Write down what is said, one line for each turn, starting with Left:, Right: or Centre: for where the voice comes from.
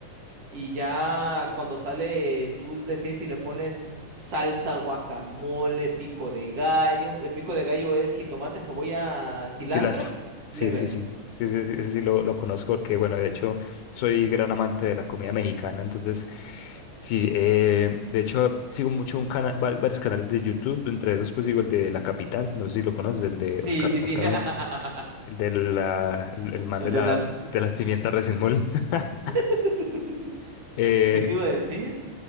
Right: Y ya cuando sale, tú decides si le pones salsa, guacamole, pico de gallo. El pico de gallo es jitomate, cebolla, cilantro,
Left: Y Cilantro. Sí,
Right: le verde.
Left: sí, sí. Sí, sí, sí, Ese, sí lo, lo conozco porque, bueno, de hecho, soy gran amante de la comida mexicana. Entonces, sí, eh, de hecho, sigo mucho un cana- va- varios canales de YouTube. Entre esos, pues sigo el de La Capital. No sé si lo conoces, el de
Right: Sí,
Left: Oscar,
Right: sí, sí.
Left: Oscar
Right: <laughs>
Left: Mesa. El de la, el el man
Right: El
Left: de
Right: de
Left: las,
Right: la...
Left: de las pimientas recién molidas. <laughs>
Right: <laughs>
Left: Eh,
Right: ¿Qué te iba a decir?